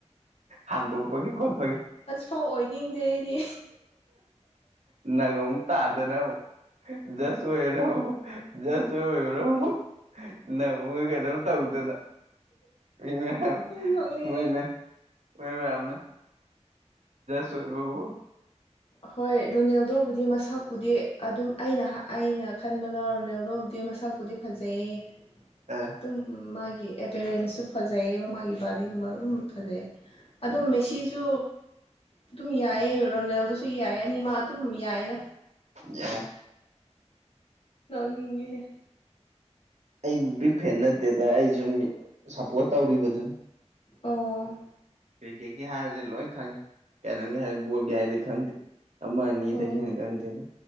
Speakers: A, on the right (about 75°); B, on the left (about 55°).
A: ꯍꯥꯝꯗꯣꯛꯄꯒꯤ ꯈꯣꯠꯄꯒꯤ
B: ꯐꯥꯎ ꯑꯣꯏꯣꯏꯗꯤꯡꯗꯦ ꯑꯩꯗꯤ
A: ꯅꯪ ꯑꯃꯨꯛ ꯇꯥꯗꯅ ꯌꯥꯁꯁꯨ ꯑꯣꯏꯔꯕꯕꯨꯨ ꯆꯁ ꯑꯣꯏꯕ꯭ꯔꯕꯨꯨ ꯅꯒꯗ ꯇꯧꯗꯅ ꯃꯣꯏ ꯃꯌꯥꯝ
B: ꯅꯣꯛꯅꯤꯡꯉꯦ
A: ꯃꯣꯏꯅ ꯃꯣꯏ ꯃꯌꯥꯝꯅ ꯁꯣꯏ ꯕꯨ
B: ꯍꯣꯏ ꯔꯣꯅꯦꯜꯗ ꯎꯕꯨꯗꯤ ꯃꯁꯛꯄꯨꯗꯤ ꯑꯗꯨꯝ ꯑꯩꯅ ꯑꯩꯅ ꯈꯟꯕꯗ ꯔꯣꯅꯦꯜꯗꯕꯨꯗꯤ ꯃꯁꯛ ꯕꯨꯗꯤ ꯐꯖꯩꯌꯦ
A: ꯑꯥ
B: ꯑꯗꯨꯝ ꯃꯥꯒꯤ ꯑꯦꯄꯤꯦꯔꯦꯟꯁꯁꯨ ꯐꯖꯩꯌꯦꯕ ꯃꯥꯒꯤ ꯕꯥꯗꯤꯒꯨꯝꯕ ꯑꯗꯨꯝ ꯐꯖꯩ
A: ꯎꯝ
B: ꯑꯗꯣ ꯃꯦꯁꯤꯁꯨ ꯑꯗꯨꯝ ꯌꯥꯏꯌꯦ ꯑꯣꯏꯔꯣꯅꯦ ꯁꯨꯏ ꯌꯥꯏ ꯑꯅꯤꯃ ꯑꯗꯨꯝ ꯌꯥꯏꯔ
A: ꯌꯥꯏ
B: ꯅꯤ ꯍꯦ
A: ꯑꯩ ꯕꯤꯛ ꯐꯦꯟ ꯅꯠꯇꯦꯗ ꯑꯩ ꯁꯨꯝ ꯁꯞꯄꯣꯔꯠ ꯇꯧꯔꯤꯕꯗꯨꯅꯤ
B: ꯑꯣ
A: ꯀ꯭ꯔꯤꯛꯀꯦꯠꯀꯤ ꯍꯥꯏꯔꯗꯤ ꯂꯣꯏ ꯈꯪꯉꯤ ꯀꯩꯅꯣꯝꯒꯤ ꯍꯥꯏꯔꯗꯤ ꯕꯣꯜꯒꯤ ꯍꯥꯏꯔꯗꯤ ꯈꯪꯗꯦ ꯑꯃꯅꯤꯗꯒ
B: ꯑꯣ
A: ꯌꯦꯅ ꯀ ꯈꯪꯗꯦꯔ